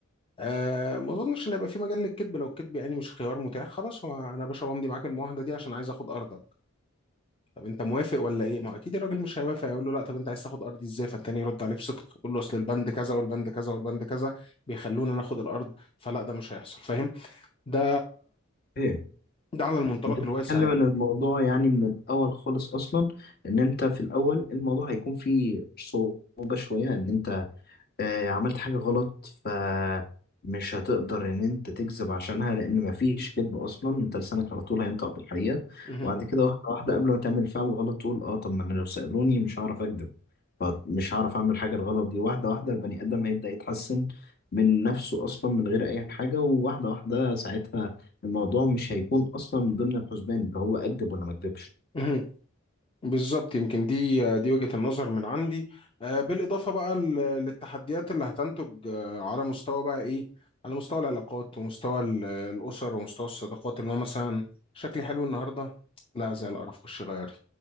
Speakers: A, on the left; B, on the left.
A: أه ما أظنش إن هيبقى في مجال للكذب لو الكذب يعني مش خيار متاح خلاص هو أنا يا باشا بمضي معاك المعاهدة دي عشان عايز آخد أرضك طب انت موافق ولا ايه ما هو اكيد الراجل مش هيوافق يقول له لا طب انت عايز تاخد ارضي ازاي فالتاني يرد عليه بصدق يقول له اصل البند كذا والبند كذا والبند كذا بيخلونا ناخد الارض فلا ده مش هيحصل فاهم ده
B: ايه
A: ده على المنطلق
B: انت بتتكلم
A: الواسع يعني
B: ان الموضوع يعني من الاول خالص اصلا ان انت في الاول الموضوع هيكون فيه صعوبه شويه ان انت آه، عملت حاجة غلط فمش هتقدر إن أنت تكذب عشانها لأن مفيش كذب أصلا أنت لسانك على طول هينطق بالحقيقة
A: مهم.
B: وبعد كده واحدة واحدة قبل ما تعمل فعل غلط تقول أه طب ما أنا لو سألوني مش هعرف أكذب فمش هعرف أعمل حاجة الغلط دي واحدة واحدة البني آدم هيبدأ يتحسن من نفسه أصلا من غير أي حاجة وواحدة واحدة ساعتها الموضوع مش هيكون أصلا من ضمن الحسبان اللي هو أكذب ولا ما أكذبش
A: مهم. بالظبط يمكن دي دي وجهة النظر من عندي آه، بالإضافة بقى ل- للتحديات اللي هتنتج آه، على مستوى بقى إيه على مستوى العلاقات ومستوى ال- الأسر ومستوى الصداقات اللي هو مثلا شكلي حلو النهاردة لا زي القرف خش غيري